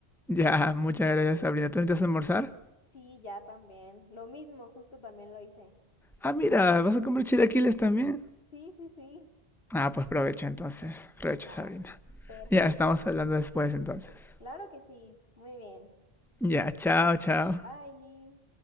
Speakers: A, in the centre; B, on the left.
A: Ya, muchas gracias, Sabrina. ¿Tú necesitas almorzar?
B: Sí, ya también. Lo mismo, justo también lo hice.
A: Ah, mira, ¿vas a comer chilaquiles también?
B: Sí, sí, sí.
A: Ah, pues provecho entonces. Provecho,
B: Va.
A: Sabrina.
B: Perfectísimo.
A: Ya, estamos hablando después entonces.
B: Claro que sí. Muy bien.
A: Ya, chao,
B: Vale.
A: chao.
B: Bye.